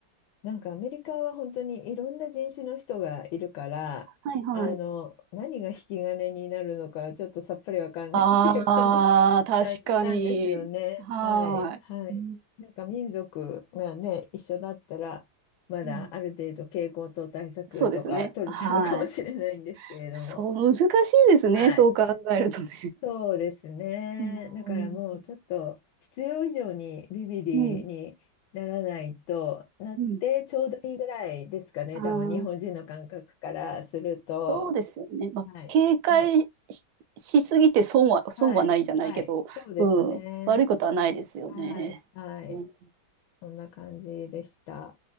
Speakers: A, on the left; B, on the right.
A: なんかアメリカは本当にいろんな人種の人がいるから、
B: はいはい。
A: あの、
B: ああ、はいはい。
A: 何が引き金になるのかちょっとさっぱりわかんないっていう感じ
B: ああ、
A: <laughs>
B: 確かに。
A: な、なんですよね。
B: はい。
A: はい。はい。
B: うん
A: なんか民族がね、一緒だったら、まだある程度傾向と対策とか取れたのかもしれないんですけれども。
B: うんそうですね。はい。そう、難しいですね。
A: はい。
B: そう考えるとね。
A: そうですね。
B: <laughs> うん、
A: だからもうちょっと必要以上にビビリにならないとなってちょうどいいぐらいですかね。
B: <laughs> うん、うんああ、
A: 多分日本人の感覚からすると。
B: そうですよね。まあ、
A: はい。
B: 警戒し、
A: はい。
B: しすぎて損は、損はないじゃないけど、
A: はい。はい。そうですね。
B: うん、悪いことはないですよね。
A: はい。はい。
B: うん
A: そんな感じでした。